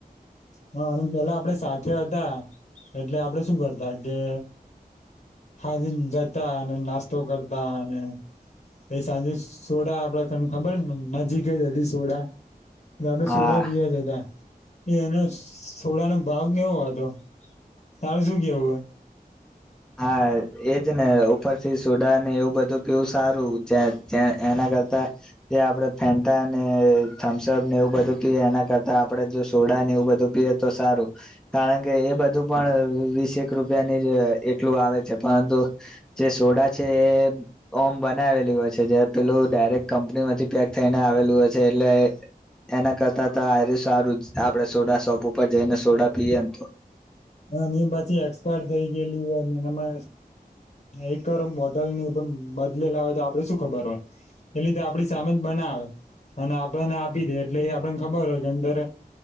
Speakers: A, on the left; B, in the centre.
A: હા, અને પેલા આપડે સાથે હતા એટલે આપડે શું કરતા કે? સાંજે જતા અને નાસ્તો કરતા અને પ સાંજે સોડા આપડા તને ખબરને નજીક જ હ સોડા, મે
B: હા
A: સોડા બી હ જ હતા. એ એનો સોડાનો ભાવ કેવો હતો? તારેું શું કેવું? હો
B: હા, એજ ને ઉપરથી સોડા ને એવું બધું પીવું સારું એના કરતા જે આપણે ફેન્ટાને થમ્સઅપ ને એવું બધું પીએ એના કરતા આપણેે જો સોડા ને એવું બધું પીએ તો સારું કારણ કે એ બધું પણ વીસેક રૂપિયાની એટલું આવે છે, પરંતુ જે સોડા છે એ ઓમ બનાવેલી હોય છે જ્યારે પેલું ડાયરેક્ટ કંપની માંથી પેક થઈને આવેલું એ એના કરતા, તો આ્યરુ સારું આપણે સોડા શોપ ઉપર જઈને સોડા પીએ. ને તો
A: હ એ પછી એક્સપાયર થઈ ગયેલી હોય, ને એમાં એકરમ બોટલ ની બદલેલા હોય તો આપડે શું ખબર હોય એ લીધે આપ આપડી સામે જ બનાવે. અને આપણને આપી દે એટલે એ આપડ ખબર હો કે અંદર